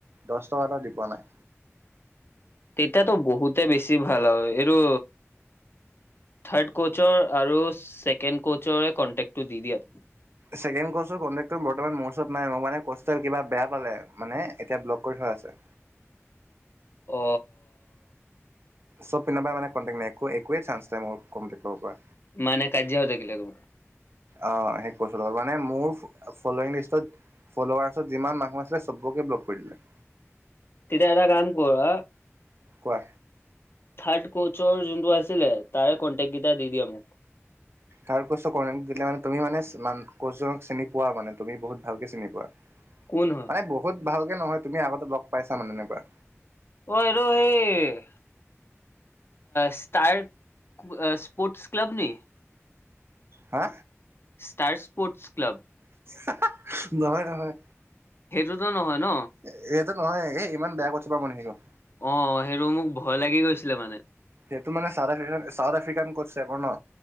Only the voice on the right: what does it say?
দছ টকা এটা দি পোৱা নাই।
ছেকেণ্ড কৰ্চৰ কণ্টেক্টটো বৰ্তমান মোৰ ওচৰত নাই। মোৰ মানে ক'চটো কিবা বেয়া পালে মানে এতিয়া ব্লক কৰি থোৱা আছে।
চব পিন্ধাই মান কণ্টেকট নাই একোৱেই চাঞ্চ নাই মোক কণ্টেকট কৰিব পৰা।
অ শেষ বছৰ মানে মোৰ ফলং লিষ্টত ফল'লোৱাৰাৰ্চত যিমান মানুহ আছিলে চবকে বলক কৰি দিলে।
কোৱা?
থাক কষ্টৰ কৰেন দিলে মানে তুমি মানে কচক চিনি পোৱা। মানে তুমি বহুত ভালকে চিনি পোৱা।
মানে বহুত ভালকে নহয় তুমি আগতে লগ পাইছা মানে এনেকুৱা।
হা
হা নহয় নহয়।
এ এইটো নহয় এ ইমান বেয়া কথা পা মানে সেই আক
সেইটো মানোউথ আফ্ৰিকান চাউথ আফ্ৰিকান কছে আকৌ ন।